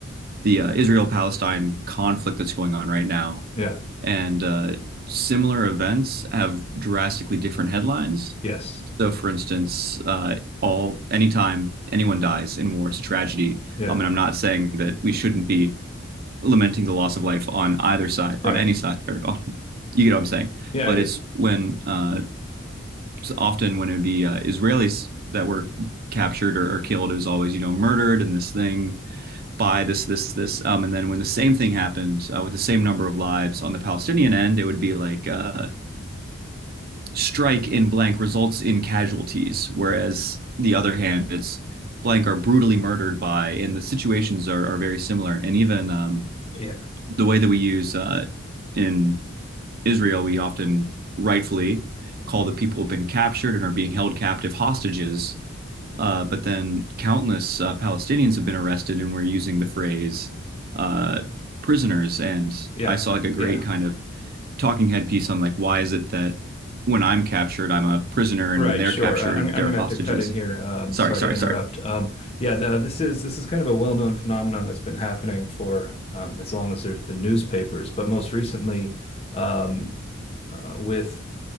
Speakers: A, on the right (about 50°); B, on the left (about 30°).
A: the uh, Israel Palestine conflict that's going on right now
B: Yeah.
A: and uh, similar events have drastically different headlines.
B: Yes.
A: So, for instance, uh, all anytime anyone dies in war, it's a tragedy.
B: Yeah.
A: Um, and I'm not saying that we shouldn't be lamenting the loss of life on either side,
B: Right.
A: on any side, or on, you get what I'm saying.
B: Yeah,
A: But
B: I do.
A: it's when uh, it's often when it'd be uh, Israelis that were captured or, or killed, it was always you know murdered and this thing by this, this, this. Um, and then when the same thing happened uh, with the same number of lives on the Palestinian end, it would be like uh, strike in blank results in casualties. Whereas the other hand, it's blank are brutally murdered by, and the situations are, are very similar. And even um,
B: Yeah.
A: the way that we use uh, in Israel, we often rightfully call the people who've been captured and are being held captive hostages uh, but then countless uh, Palestinians have been arrested and were using the phrase uh, prisoners. And
B: Yeah.
A: I saw like a great
B: Yeah.
A: kind of talking head piece on like, why is it that when I'm captured, I'm a prisoner,
B: Right.
A: and when they're
B: Sure.
A: captured,
B: Uh, I'm I'm
A: they're
B: gonna
A: hostages?
B: have to cut in here. Um,
A: Sorry,
B: sorry
A: sorry,
B: to interrupt.
A: sorry.
B: Um, yeah. The, this is this is kind of a well-known phenomenon that's been happening for um, as long as there's been newspapers, but most recently, um, uh, with